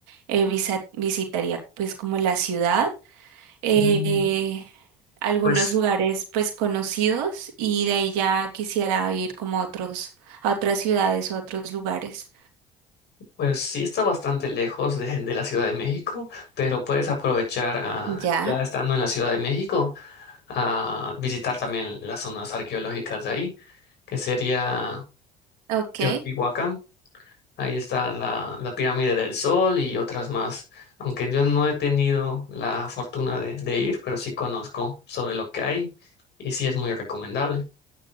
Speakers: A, on the right; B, on the left.
A: eh, visa- visitaría pues como la ciudad, eh,
B: mm,
A: algunos
B: Pues.
A: lugares pues conocidos y de ahí ya quisiera ir como a otros, a otras ciudades o a otros lugares.
B: Pues sí está bastante lejos de, de la Ciudad de México, pero puedes aprovechar ah,
A: Ya,
B: ya estando en la Ciudad de México a visitar también las zonas arqueológicas de ahí, que sería
A: ok,
B: Teotihuacán. Ahí está la, la Pirámide del Sol y otras más, aunque yo no he tenido la fortuna de, de ir, pero sí conozco sobre lo que hay y sí es muy recomendable.